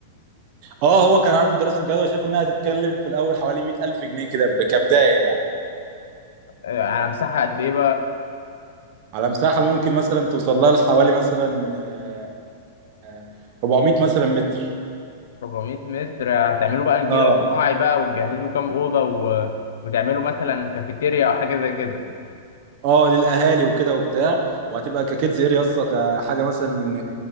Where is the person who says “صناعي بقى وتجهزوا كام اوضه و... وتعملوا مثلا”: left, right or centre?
Left